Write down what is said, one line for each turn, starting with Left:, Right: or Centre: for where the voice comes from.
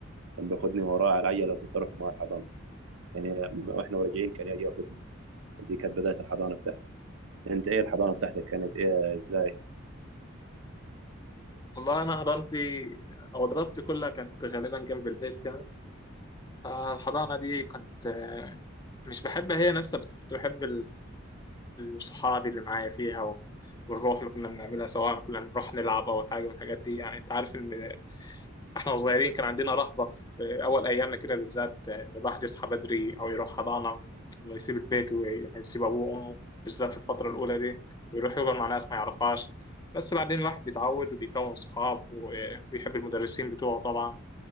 Right: كان بياخدني وراه على العجله كنت اروح مع الحضانه يعني واحنا راجعين كان يجي ياخدني دي كانت بدايه الحضانه بتاعتي انت ايه الحضانه بتاعتك كانت ايه ازاي؟
Left: والله أنا حضانتي أو دراستي كلها كانت غالبا جنب البيت كده فالحضانة دي كنت آه، مش بحبها هي نفسها بس كنت بحب صحابي اللي معايا فيها و... والروح اللي كنا بنعملها سواء كنا بنروح نلعب أو حاجة من الحاجات دي يعني أنت عارف إن إحنا صغيرين كان عندنا رهبة في أول أيامنا كده بالذات إن الواحد يصحى بدري أو يروح حضانة إنه يسيب البيت ويسيب أبوه وأمه بالذات في الفترة الأولى دي ويروح يقعد مع ناس ما يعرفهاش بس بعدين الواحد بيتعود وبيكون صحاب و- ويحب المدرسين بتوعه طبعا